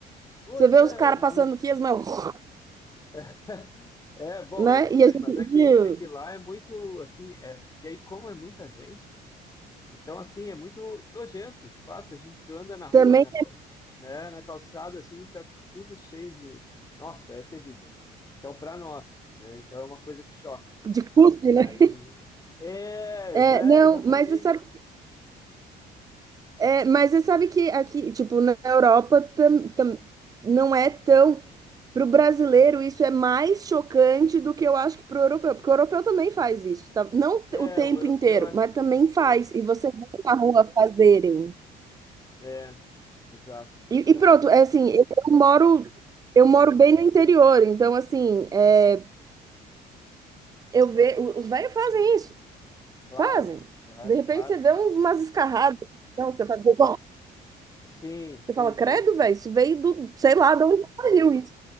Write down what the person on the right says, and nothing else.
Você vê os caras
passando
aqui, as mãos, <laughs>
né?
E a gente
"Ih",
também
de cuspe,
né?
É,
não,
mas você sabe, é, mas você sabe que aqui, tipo, na Europa tam, tam, não é tão Para o brasileiro, isso é mais chocante do que eu acho que para o europeu, porque o europeu também faz isso, tá? Não
o tempo
inteiro,
mas
também faz.
E você vê na rua fazerem.
E,
e pronto, é assim, eu eu moro, eu moro bem no interior, então assim, é, eu vejo, os velhos fazem isso,
fazem.
De repente
você vê
uns- umas escarradas, então você faz, você
fala,
credo,
velho, isso veio do, sei lá de onde saiu isso.